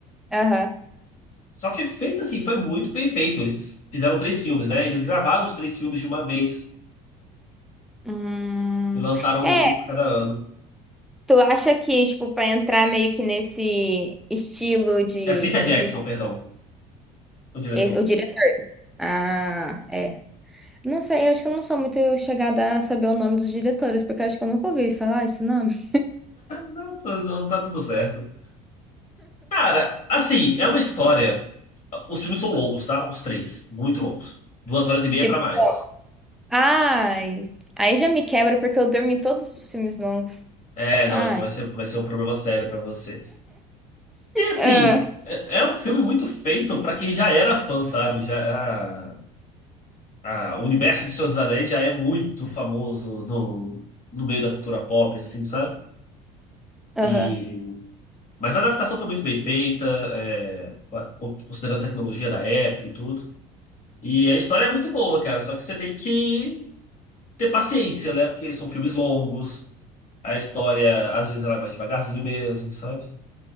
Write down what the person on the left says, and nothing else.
Só que é feito assim, foi muito bem feito. Eles fizeram três filmes, né? Eles gravaram os três filmes de uma vez
e lançaram
um por cada ano.
É Peter Jackson,
perdão, o diretor.
Não, tá- não tá tudo certo. Cara, assim, é uma história. Os filmes são longos, tá? Os três. Muito longos. Duas horas e meia
pra mais.
É, não,
então vai ser, vai ser um problema sério pra você. E assim,
é, é um filme muito feito pra quem já era fã, sabe? Já, a- a- o universo de Senhor dos Anéis já é muito famoso no, no meio da cultura pop, assim, sabe? E,
mas a adaptação foi muito bem feita, é, considerando a tecnologia da época e tudo. E a história é muito boa, cara. Só que você tem que ter paciência, né? Porque são filmes longos, a história às vezes ela é mais devagarzinho mesmo, sabe?